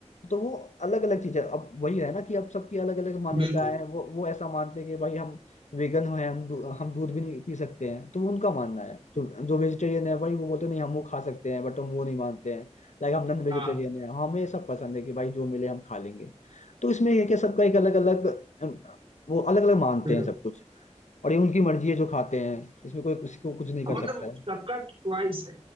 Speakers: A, on the left; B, on the right.
A: तो वो अलग अलग चीज है अब वही है ना कि अब सबकी अलग अलग मान्यताएं
B: बिल्कुल
A: हैं वो वो ऐसा मानते हैं कि भाई हम वेगन हैं हम दू, हम दूध भी नहीं पी सकते हैं तो वो उनका मानना है जो जो वेजिटेरियन है भाई वो बोलते हैं, नहीं हम वो खा सकते हैं बट हम वो नहीं मानते हैं लाइक हम नॉन वेजिटेरियन
B: हाँ हाँ,
A: है हमें सब पसंद है कि भाई जो मिले हम खा लेंगे तो इसमें ये है कि सबका एक अलग अलग वो अलग अलग मानते
B: बिल्कुल
A: हैं सब कुछ और ये उनकी मर्जी है जो खाते हैं इसमें कोई किसी को कुछ नहीं कर
B: मतलब
A: सकता है
B: सबका चॉइस है